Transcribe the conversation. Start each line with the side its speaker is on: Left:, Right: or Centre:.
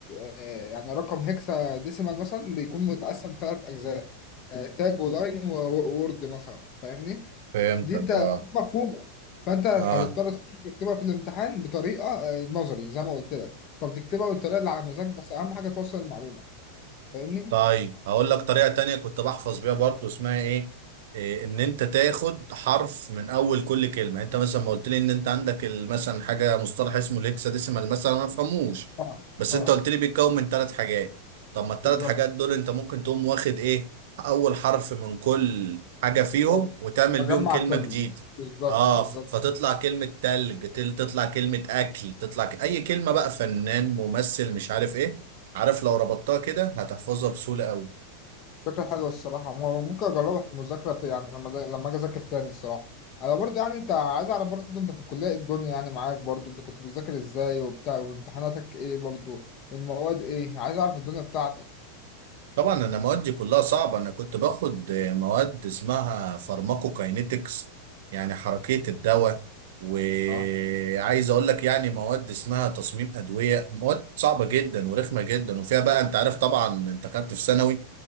Left: آه، يعني رقم هكسا ديسيمال مثلا بيكون متقسم ثلاث اجزاء آه، تاج ولاين وورد مثلا فاهمني
Right: فهمتك
Left: دي انت
Right: اه
Left: دي مفهومه فانت هتضطر
Right: اه
Left: تكتبها في الامتحان بطريقه آه، نظري زي ما قلت لك فبتكتبها بالطريقه اللي على مزاجك بس اهم حاجه توصل المعلومه فاهمني؟
Right: طيب هقول لك طريقة تانية كنت بحفظ بيها برضو اسمها ايه, إيه ان انت تاخد حرف من اول كل كلمة يعني انت مثلا ما قلت لي ان انت عندك ال- مثلا حاجة مصطلح اسمه الهكساديسيمال مثلا انا ما بفهموش
Left: اه
Right: بس
Left: اه
Right: انت قلت لي بيتكون من ثلاث حاجات طب ما الثلاث
Left: بالظبط
Right: حاجات دول انت ممكن تقوم واخد ايه اول حرف من كل حاجة فيهم
Left: و-
Right: وتعمل
Left: بجمع
Right: بيهم كلمة
Left: كلمه
Right: جديدة
Left: بالظبط
Right: اه
Left: بالظبط
Right: ف- فتطلع كلمة تلج تل- تطلع كلمة اكل تطلع ك... اي كلمة بقى فنان ممثل مش عارف ايه عارف لو ربطتها كده هتحفظها بسهولة قوي
Left: فكره حلوه الصراحه م- ممكن اجربها في المذاكره في يعني لما ذا- لما اجي اذاكر تاني الصراحه انا برضه يعني انت عايز اعرف برضه انت في الكليه إيه الدنيا يعني معاك برضه انت كنت بتذاكر ازاي وبتاع وامتحاناتك ايه برضه والمواد ايه عايز اعرف الدنيا بتاعتك
Right: طبعا انا موادي كلها صعبة انا كنت باخد آه، مواد اسمها فارماكوكاينيتكس يعني حركية الدواء وعايز
Left: اه
Right: اقول لك يعني مواد اسمها تصميم ادوية مواد صعبة جدا ورخمة جدا وفيها بقى انت عارف طبعا انت خدت في ثانوي